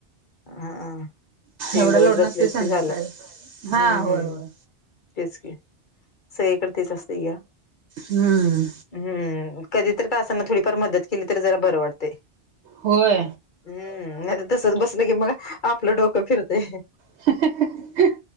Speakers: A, on the left; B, on the right.
A: हम. टीव्ही
B: एवढं
A: बघत
B: लोड नसते
A: बसलेत
B: संध्याकाळी
A: की झालं.
B: हा
A: हम्म,
B: होय
A: हम्
B: होय
A: तेच कि. सगळीकड तेच असतय घ्या.
B: हम्म
A: हम्म. कधी तर का असांना थोडीफार मदत केली तर जरा बरं वाटतयं.
B: होय.
A: हम्म. नाही तसच बसलं की मग आपलं डोकं फिरतय.
B: <unintelligible>